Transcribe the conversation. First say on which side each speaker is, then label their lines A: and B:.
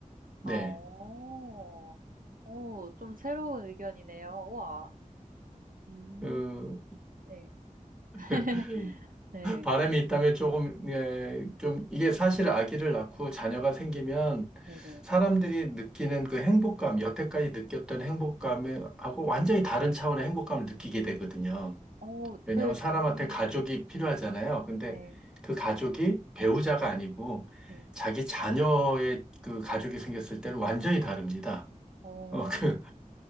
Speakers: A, in the centre; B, on the right (about 80°).
A: 네.
B: 아오 오 좀 새로운 의견이네요. 우와. 음.
A: 그,
B: 네. <laughs>
A: <laughs>
B: 네.
A: 바람이 있다면 조금, 예, 좀, 이게 사실 아기를 낳고 자녀가 생기면
B: 네네.
A: 사람들이 느끼는 그 행복감, 여태까지 느꼈던 행복감하고 완전히 다른 차원의 행복감을 느끼게 되거든요.
B: 어
A: 왜냐면
B: 네.
A: 하 사람한테
B: 음.
A: 가족이 필요하잖아요. 근데
B: 네.
A: 그 가족이 배우자가 아니고
B: 네.
A: 자기 자녀의 그 가족이 생겼을 때는 완전히 다릅니다.
B: 어.
A: 어, <laughs> 그,